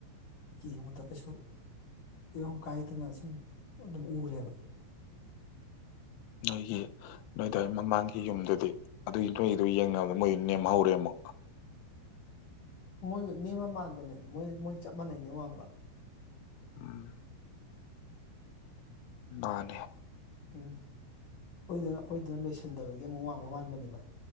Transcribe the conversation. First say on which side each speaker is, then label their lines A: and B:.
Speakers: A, on the left; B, on the left.
A: ꯌꯦꯡꯕꯗ ꯀꯩꯁꯨ ꯐꯤꯕꯝ ꯀꯥꯏꯗꯅ ꯁꯨꯝ ꯑꯗꯨꯝ ꯎꯔꯦꯕ
B: ꯑꯩꯒꯤ ꯅꯣꯏꯗꯥꯏ ꯃꯃꯥꯡꯒꯤ ꯌꯨꯝꯗꯨꯗꯤ ꯑꯗꯨꯏ ꯅꯣꯏꯒꯤꯗꯨ ꯌꯦꯡꯅꯕꯗ ꯃꯣꯏꯗꯨ ꯅꯦꯝꯍꯧꯔꯦ ꯑꯃꯨꯛ
A: ꯃꯣꯏꯒ ꯅꯦꯝꯃ ꯃꯥꯟꯕꯅꯦ ꯃꯣꯏ ꯃꯣꯏ ꯆꯞ ꯃꯥꯟꯅꯩꯅꯦ ꯋꯥꯡꯕ
B: ꯎꯝ ꯃꯥꯅꯦ
A: ꯎꯝ ꯑꯩꯈꯣꯏꯗꯨꯅ ꯑꯩꯈꯣꯏꯗꯨꯅ ꯂꯣꯏꯁꯤꯟꯗꯕꯒꯤ ꯑꯃꯨꯛ ꯋꯥꯡꯕ ꯃꯥꯟꯕꯅꯦꯕ